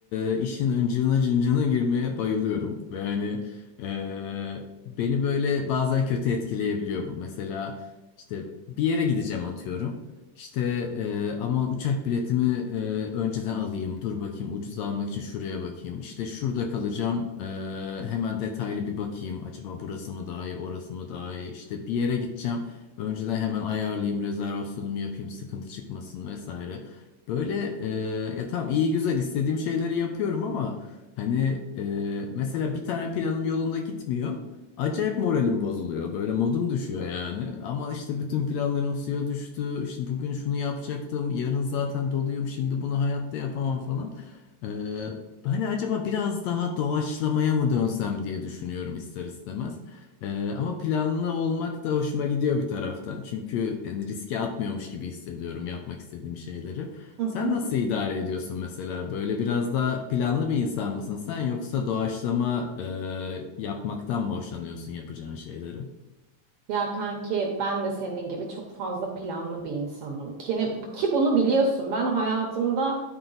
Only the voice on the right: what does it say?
Hı hı.
Ya kanki ben de senin gibi çok fazla planlı bir insanım. Ki, ki bunu biliyorsun. Ben hayatımda